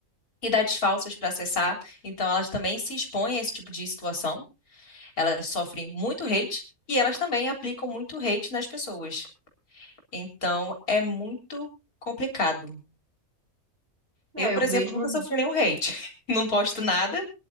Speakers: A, on the left (about 85°); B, on the right (about 40°).
A: Idades falsas para acessar, então elas também se expõem a esse tipo de situação. Elas sofrem muito hate e elas também aplicam muito hate nas pessoas. Então, é muito complicado.
B: É,
A: Eu, por
B: eu
A: exemplo,
B: mesma
A: nunca sofri nenhum hate. <laughs> Não posto nada